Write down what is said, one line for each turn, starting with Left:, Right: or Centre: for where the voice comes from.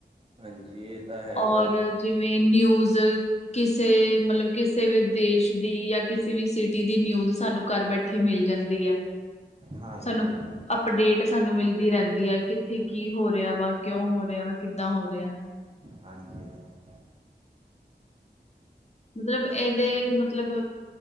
Right: ਹਾਂਜੀ ਇਹ ਤਾਂ ਹੈਗਾ
Left: ਔਰ ਜਿਵੇਂ ਨਿਊਜ਼ ਕਿਸੇ ਮੱਤਲਬ ਕਿਸੇ ਵੀ ਦੇਸ਼ ਦੀ ਜਾਂ ਕਿਸੇ ਵੀ ਸਿਟੀ ਦੀ ਨਿਊਜ਼ ਸਾਨੂੰ ਘਰ ਬੈਠੇ ਮਿਲ ਜਾਂਦੀ ਹੈ
Right: ਹਾਂਜੀ
Left: ਸਾਨੂੰ ਅਪਡੇਟ ਸਾਨੂੰ ਮਿਲਦੀ ਰਹਿੰਦੀ ਆ ਕਿੱਥੇ ਕੀ ਹੋ ਰਿਹਾ ਵਾ ਕਿਉਂ ਹੋ ਰਿਹਾ ਵਾ ਕਿੱਦਾਂ ਹੋ ਰਿਹਾ
Right: ਹਾਂਜੀ-ਹਾਂਜੀ।
Left: ਮੱਤਲਬ ਇਹਦੇ ਮੱਤਲਬ